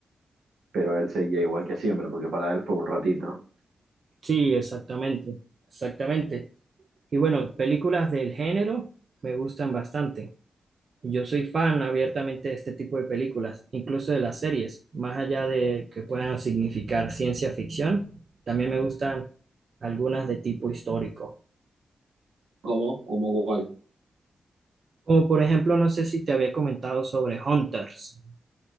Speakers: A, on the right; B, on the right.
A: pero él seguía igual que siempre, porque para él fue un ratito.
B: Sí, exactamente, exactamente. Y bueno, películas del género me gustan bastante. Yo soy fan abiertamente de este tipo de películas, incluso de las series, más allá de que puedan significar ciencia ficción, también me gustan algunas de tipo histórico.
A: ¿Cómo? ¿Cómo cuál?
B: Como por ejemplo, no sé si te había comentado sobre Hunters.